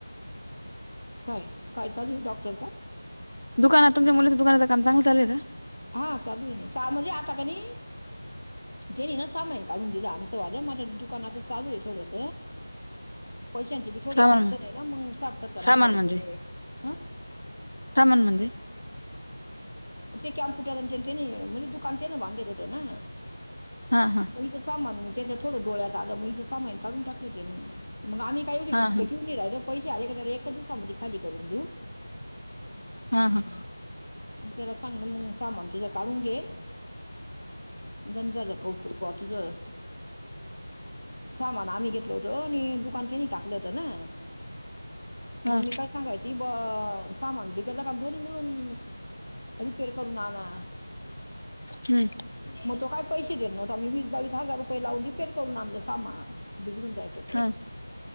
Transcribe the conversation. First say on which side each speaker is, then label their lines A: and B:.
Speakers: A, on the left; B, on the left.
A: काय काय चालू ये डॉक्टर काय
B: दुकाना तुमच्या मुलीच्या दुकानातल काम चांगल चालु ये का?
A: हा चालू ये ना म्हणजे आता कणी त्यांनी ना सामान काढून दिलं आमचं वालं माझ्या दुकानचं चालू आहे थोडस पैशांची बी थोडी
B: सामान
A: अडचण
B: म्हण-
A: आहे ना मग साठ सत्तर
B: सामान
A: हजार रुपये
B: म्हणजे
A: आ
B: सामान म्हणजे
A: ते कॅम्प्य म्हणजे दुकान तेन त्यांनी बांधेल होत ना
B: हा हा
A: इच सामान त्याच्या थोडं डोळ्यात आलं मीं सामान काढून टाकलं त्यांनी मग आम्हीय एवढी
B: हा
A: रिस्क
B: हा
A: घेऊ क रा पैसे अले एक एक दिवसामध्ये खाली करून देऊ
B: हा हा
A: त्याला सांग ना मग सामान तुझा काढून घे गंज झाल कौतुक बा तुज सामान आम्ही घेतल होत आणि दुकान त्यांनी टाकलं होतं ना मग
B: हा
A: मी काय सांगायची ब सामान बिगडला क दोन्ही मिळून रिपेअर करून आणा
B: हम्म
A: मग तो काय पैसे देत नव्हता आम्ही वीस बावीस हजार रुपये लावून रिपेर करून आणलं सामान बिघडून जायचं त
B: हा